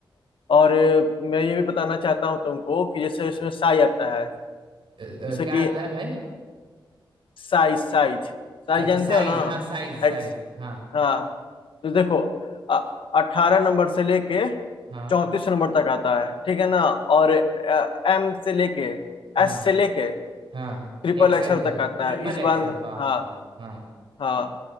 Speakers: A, on the left (about 80°); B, on the right (about 75°).
A: और अ, मैं ये भी बताना चाहता हूँ तुमको कि जैसे इसमें साइज आता है
B: अ, अ,
A: जैसे
B: क्या
A: कि
B: आता है भाई
A: साइज साइज साइज
B: अच्छा
A: जानते
B: साइज
A: हो ना
B: हाँ साइज साइज
A: एक्स
B: हाँ
A: हाँ तो देखो अठारह नंबर से लेके
B: हाँ
A: चौंतीस नंबर तक आता है ठीक है ना और एम से लेके
B: हाँ
A: एस से लेके
B: हाँ
A: ट्रिपल
B: एक्सेल
A: एक्सएल
B: तक
A: तक आता
B: ट्रिपल
A: है इस
B: एक्सेल
A: बार में-
B: बाप
A: हाँ
B: रे हाँ
A: हाँ